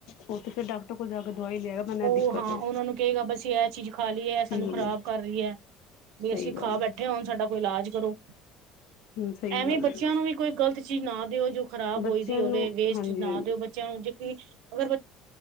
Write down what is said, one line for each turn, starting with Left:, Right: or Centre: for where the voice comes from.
Left: ਉਹ ਤੇ ਫਿਰ ਡਾਕਟਰ ਕੋਲ ਜਾ ਕੇ ਦਵਾਈ ਲਿਆਏਗਾ ਮੈਨੂੰ ਇਹ
Right: ਉਹ
Left: ਦਿੱਕਤ
Right: ਹਾਂ
Left: ਹੈ
Right: ਉਹਨਾਂ ਨੂੰ ਕਹੇਗਾ ਬਸੀਂ ਇਹ ਚੀਜ਼ ਖਾ ਲਈਏ ਇਹ ਸਾਨੂੰ
Left: ਹਮ
Right: ਖ਼ਰਾਬ ਕਰ ਰਹੀ ਹੈ ਵੀ
Left: ਸਹੀ
Right: ਅਸੀਂ
Left: ਗੱਲ
Right: ਖਾ
Left: ਹੈ
Right: ਬੈਠੇ ਹੋਣ ਸਾਡਾ ਕੋਈ ਇਲਾਜ ਕਰੋ
Left: ਹਮ ਸਹੀ
Right: ਐਵੇਂ
Left: ਗੱਲ
Right: ਬੱਚਿਆਂ
Left: ਹੈ
Right: ਨੂੰ ਵੀ ਕੋਈ ਗ਼ਲਤ ਚੀਜ਼ ਨਾ ਦਿਓ, ਜੋ ਖਰਾਬ
Left: ਬੱਚਿਆਂ
Right: ਹੋਈ ਦੀ ਹੋਵੇ
Left: ਨੂੰ
Right: ਵੇਸਟ
Left: ਹਾਂਜੀ
Right: ਨਾ
Left: ਹਾਂਜੀ
Right: ਦਿਓ। ਚੀਜਾ ਜੇ ਕੋਈ ਅਗਰ,